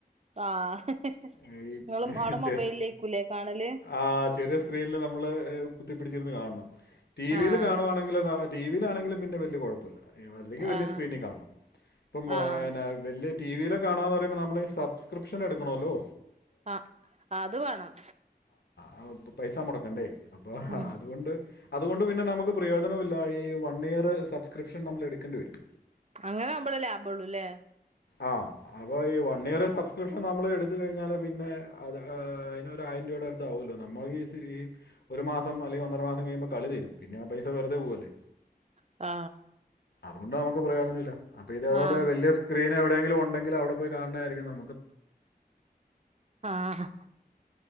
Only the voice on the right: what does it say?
ആഹ്
നിങ്ങളും
അവിടെ മൊബൈലിലേക്കൂലേ
കാണല്
ആഹ്
ആഹ്
ആഹ്
ആ അത് വേണം.
ഉം
അങ്ങനെ ആവുമ്പഴേ ലാഭൊള്ളുല്ലേ?
ആ
ആഹ്
ആഹ്